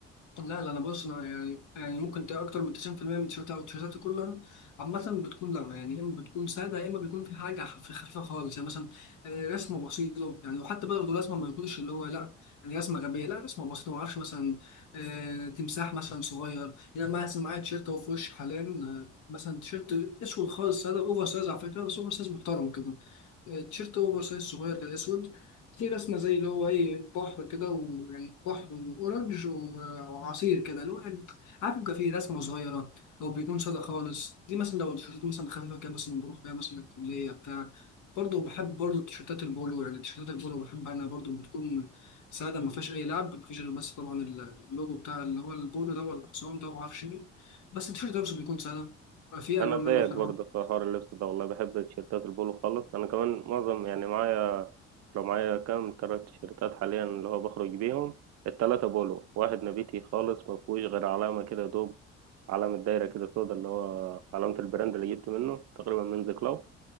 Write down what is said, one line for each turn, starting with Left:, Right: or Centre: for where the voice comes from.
Left: لا لا انا بص انا يعني يعني ممكن تلاقي اكتر من 90% من التيشيرتات او التيشيرتات كلها عامه بتكون لا يعني يا اما بتكون ساده يا اما بيكون في حاجه خف- خفيفه خالص يعني مثلا آه، رسمه بسيطه يعني وحتى برضه الرسمه ما يكونش اللي هو لا يعني رسمه غبيه لا رسمه بسيطه ما اعرفش مثلا آه، تمساح مثلا صغير يعني انا مثلا معايا تيشيرت اهو في وشي حاليا آه، مثلا تيشيرت اسود خالص ساده اوفر سايز على فكره بس اوفر سايز محترم كده آه، تيشيرت اوفر سايز صغير كده اسود في رسمة زي اللي هو ايه بحر كده ويعني بحر وأورنج او عصير كده اللي هو يعني عارف بيبقى فيه رسمه صغيره او بيكون ساده خالص دي مثلا لو تيشيرتات مثلا خفيفه كده مثلا بروح بيها مثلا الكليه بتاع برضه بحب برضه التيشيرتات البولو يعني التيشيرتات البولو بحب انا برضه بتكون ساده ما فيهاش اي لعب ما فيش غير بس طبعا اللوجو بتاع اللي هو البولو ده ولا الحصان ده وما اعرفش ايه بس التيشيرت ده بس بيكون ساده فيه
Right: انا
Left: الوان منه
Right: زيك
Left: حلوه
Right: برضه في حوار اللبس ده والله بحب تيشيرتات البولو خالص انا كمان معظم يعني معايا لو معايا كام تلات تيشيرتات حاليا اللي هو بخرج بيهم التلاتة بولو واحد نبيتي خالص ما فيهوش غير علامة كده يا دوب علامة دايرة كده سودا اللي هو علامة البراند اللي جبت منه تقريبا من ذا كلاو